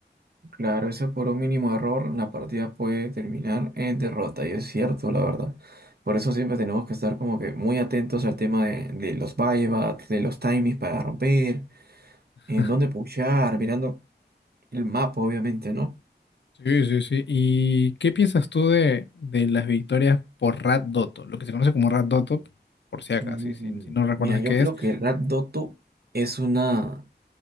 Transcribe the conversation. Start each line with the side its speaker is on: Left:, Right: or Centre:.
Right: claro, eso por un mínimo error la partida puede terminar en derrota y es cierto, la verdad. Por eso siempre tenemos que estar como que muy atentos al tema de, de los buybacks, de los timings para romper, en
Left: <laughs>
Right: dónde pushar, mirando el mapa, obviamente, ¿no?
Left: Sí, sí, sí. ¿Y qué piensas tú de, de las victorias por Rat Dotto? Lo que se conoce como Rat Dotto, por si acaso,
Right: Mm,
Left: si, si, si no recuerdas
Right: Mira, yo
Left: qué
Right: creo
Left: es.
Right: que Rap Doto es una...